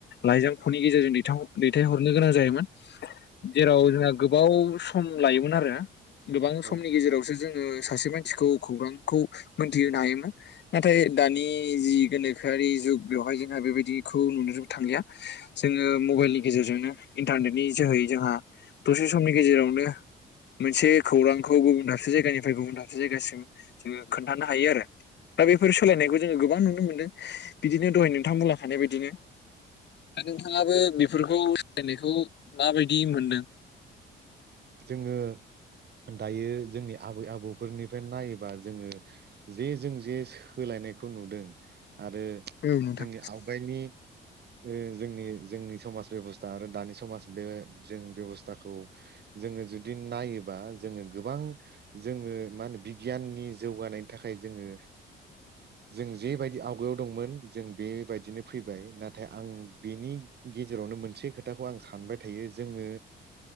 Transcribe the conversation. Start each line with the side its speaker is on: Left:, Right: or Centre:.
Left: लाइजामख'नि गेजेरजों दैथाव दैथायहरनो गोनां जायोमोन जेराव जोंहा गोबाव स सम लायोमोन आरो गोबां
Right: ओं
Left: समनि गेजेरावसो जोङो सासे मानसिखौ खौरांखौ मोनथिहोनो हायोमोन नाथाय दानि जि गोनोखोआरि जुग बेवहाय जोंहा बेबायदिखौ नुनो थांलिया जोङो मबाइलनि गेजेरजोंनो इन्टारनेटनि जोहै जोंहा दसे समनि गेजेरावनो मोनसे खौरांखौ गुबुन दाबसे जायगानिफ्राय गुबुन दाबसे जायगासिम जोङो खोन्थानो हायो आरो दा बेफोर सोलायनायखौ जोङो गोबां नुनो मोनदों बिदिनो दहाय नोंथां बुंलांखानाय बायदिनो दा नोंथाङाबो बेफोरखौ सोलायनायखौ माबायदि मोनदों?
Right: जोङो दायो जोंनि आबै आबौफोरनिफ्राय नायोबा जोङो जे जों जे सोलायनायखौ नुदों आरो
Left: औ नोंथां
Right: जोंनि आवगायनि ओ जोंनि जोंनि समाज बेब'स्था आरो दानि समाज बे जों बेब'स्थाखौ जोङो जुदि नायोबा जोङो गोबां जोङो मा होनो बिगियाननि जौगानायनि थाखाय जोङो जों जेबायदि आवगायाव दंमोन जों बेबायदिनो फैबाय नाथाय आं बेनि गेजेरावनो मोनसे खोथाखौ आं सानबाय थायो जोङो